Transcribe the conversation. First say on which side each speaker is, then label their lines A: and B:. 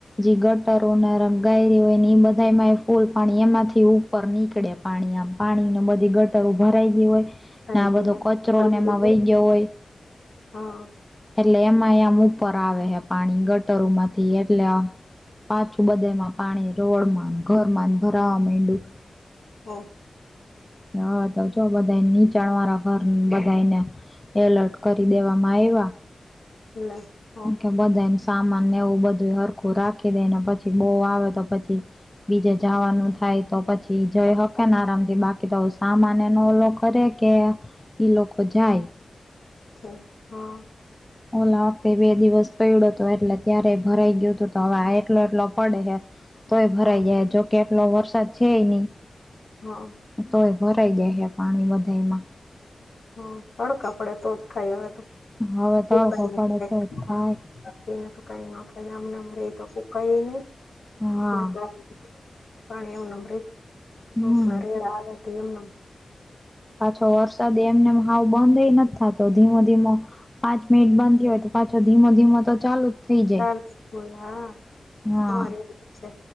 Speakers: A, on the left; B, on the left.
A: જી ગટરો ને રંગાયરી હોય ને એ બધા એમાં ફૂલ પાણી એમાંથી હું ઉપર નીકળે પાણી આમ પાણીની બધી ગટર ભરાઈ ગઈ હોય.
B: થઈ
A: ના આ
B: ગયું
A: બધો કચરો અને એમાં વહી ગયો હોય
B: હા.
A: એટલે એમાં એ આમ ઉપર આવે હે પાણી ગટરોમાંથી એટલે આ પાછું બધામાં પાણી રોડમાંન ઘર માં ભરાવા મૈંડુ
B: હો.
A: હા, તો છો બધાએ નીચ ચણવારા ઘર બધા એને એલર્ટ કરી દેવામાં આવ્યા
B: ના.
A: કે બધાને સામાનને એવું બધું હરખું રાખી દેને પછી બહું આવે તો પછી બીજે જવાનું થાય તો પછી ઈ
B: હા
A: જઈ હકે ને આરામ થી બાકી તો સામાન એનો ઓલો કરે કે ઈ લોકો જાય
B: છે હા
A: ઓલા તે બે દિવસ પૈડ્યો હતો, એટલે ત્યારે ભરાઈ ગયું હતું હવે આ એટલો એટલો પડે હે તોય ભરાઈ
B: હા
A: જાય જો એટલો વરસાદ છે, નહી.
B: હા.
A: તોય ભરાઈ દે હે, પાણી બધામાં
B: હમ્મ, તડકા પડે તો જ ખાય હવે તો
A: હવે
B: <unintelligible>
A: તડકો પડે તો જ થાય
B: ને તો કઈ નો થાય નાખે અમને અરે એ તો ફૂકાય નહી.
A: હા
B: <inaudible> પણ એમ નેમ રે
A: હમ
B: નુક કા રેડા આવે તો એમ નેમ
A: પાછો વરસાદ એમનેમ હાઓ બંધએ નથ થાત. તો ધીમો-ધીમો પાંચ મિનિટ બંધ થીયો તો પાછો ધીમો-ધીમો તો ચાલુ જ થઈ
B: <unintelligible>
A: જાય હા
B: હું આવેલી જ છે